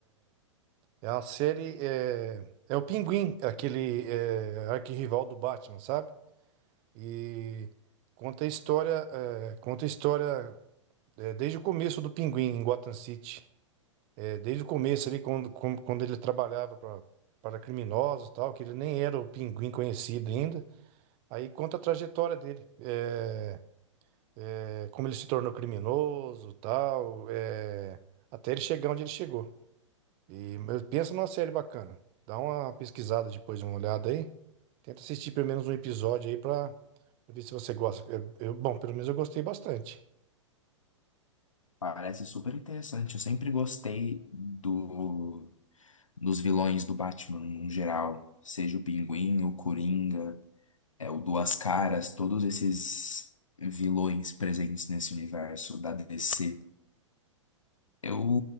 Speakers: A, on the right (about 35°); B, on the left (about 80°).
A: É uma série. É, é o Pinguim, aquele é, arquirrival do Batman, sabe? E conta a história, é, conta a história é, desde o começo do Pinguim em Gotham City. É, desde o começo ali, quando, quando quando ele trabalhava pra- para criminosos e tal, que ele nem era o pinguim conhecido ainda. Aí conta a trajetória dele, é, é, como ele se tornou criminoso, e tal, é, até ele chegar onde ele chegou. E mas pensa numa série bacana. Dá uma pesquisada depois, uma olhada aí. Tenta assistir pelo menos um episódio aí para ver se você gosta. É, eu- bom, pelo menos eu gostei bastante.
B: Parece super interessante. Eu sempre gostei do, dos vilões do Batman no geral, seja o Pinguim, o Coringa, é o Duas Caras, todos esses vilões presentes nesse universo da DC. Eu